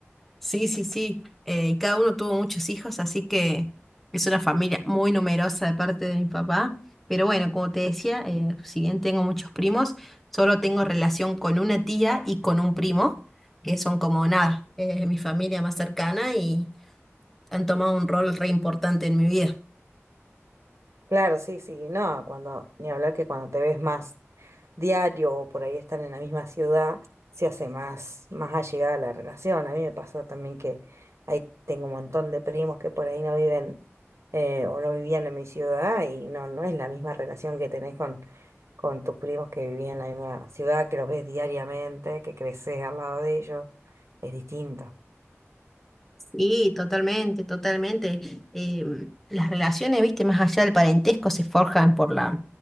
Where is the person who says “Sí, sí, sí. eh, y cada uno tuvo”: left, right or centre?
Centre